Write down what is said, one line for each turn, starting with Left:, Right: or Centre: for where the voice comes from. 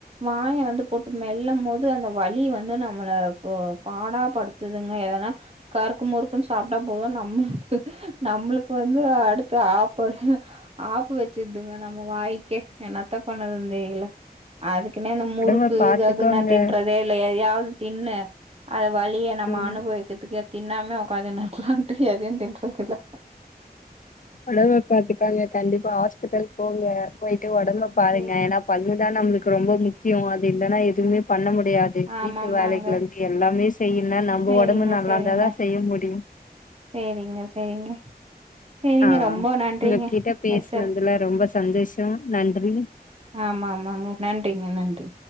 Right: வாய வந்து போட்டு மெல்லம்மோது அந்த வலி வந்து நம்மள இப்போ பாடா படு த்துதுங்க எதனா கருக்கு முறுக்குன்னு சாப்ட்டா போது நம்ம நம்மளுக் வந்து அடுத்த ஆப்ப ஆப்பு வெச்சிர்துங்க நம்ம வாய் க்கே என்னத்தா பண்ணறதுன் தெரில அதுக்குன்னே இந்த முறுக்கு
Left: ஒடம்ப பாத்துக்கோங்க
Right: எது நா தின்றதே இல்ல எதையாவ்து தின்னு அத வலிய நம்ம
Left: ம்
Right: அனுபவிக்கிற்துக்கு தின்னாமே ஒக்காந்துனு இருக்கலான்ட்டு எதையு தின்றதில்ல
Left: ஒடம்ப பாத்துக்கோங்க கண்டிப்பா ஹாஸ்பிட்டல் போங்க போய்ட்டு ஒடம்ப பாருங்க
Right: சேரி.
Left: ஏனா பல்லுதா நம்மளுக்கு ரொம்ப முக்கியோ அது இல்லன்னா எதுமே பண்ண முடியா து
Right: ஆமாமாங்க.
Left: வீட்டு வேலைகள்ருந்து எல்லாமே செய்யுன்னா நம்ப
Right: சேரிங்க,
Left: ஒடம்பு நல்லார்ந்தாதா
Right: சேரிங்க.
Left: செய்ய முடியு
Right: சேரிங்க சேரிங்க சேரிங்க
Left: ஆ
Right: ரொம்ப நன்றிங்க
Left: உங்ககிட்ட பேஸ்னதுல
Right: வச்சர்
Left: ரொம்ப சந்தோஷோ நன்றி
Right: ஆமா ஆமாங்க நன்றிங்க நன்றி